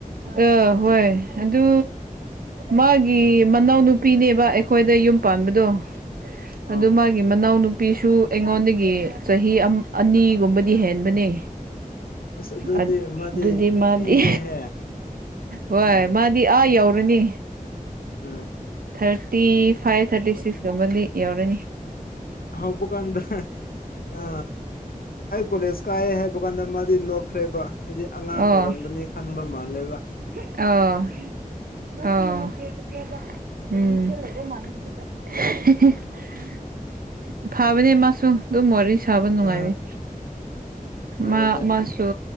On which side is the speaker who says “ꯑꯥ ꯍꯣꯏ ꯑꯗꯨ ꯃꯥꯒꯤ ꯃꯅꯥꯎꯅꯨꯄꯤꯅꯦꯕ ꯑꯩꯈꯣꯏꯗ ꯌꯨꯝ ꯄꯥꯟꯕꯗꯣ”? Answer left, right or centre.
Right